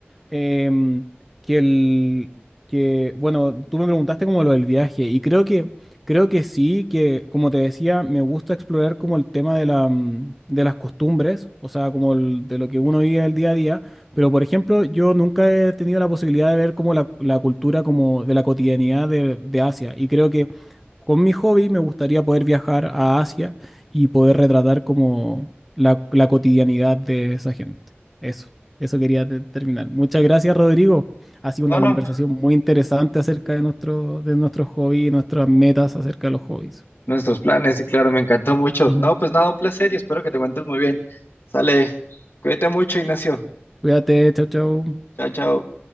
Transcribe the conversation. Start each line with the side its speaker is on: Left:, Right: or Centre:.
Centre: em, que el que bueno, tú me preguntaste como lo del viaje y creo que creo que sí, que como te decía, me gusta explorar como el tema de la, mm, de las costumbres, o sea, como el- de lo que uno vive el día a día, pero por ejemplo, yo nunca he tenido la posibilidad de ver como la, la cultura como de la cotidianidad de, de Asia y creo que con mi hobby me gustaría poder viajar a Asia y poder retratar como la, la cotidianidad de esa gente. Eso. Eso quería te- terminar. Muchas gracias, Rodrigo. Ha sido una
Left: No, no,
Centre: conversación muy interesante acerca de nuestro, de nuestros hobbies y nuestras metas acerca de los hobbies.
Left: nuestros planes, y claro, me encantó mucho.
Centre: Ujú.
Left: No, pues nada, un placer y espero que te encuentres muy bien. Sale, cuídate mucho, Ignacio.
Centre: Cuídate, chao, chao.
Left: Chao, chao.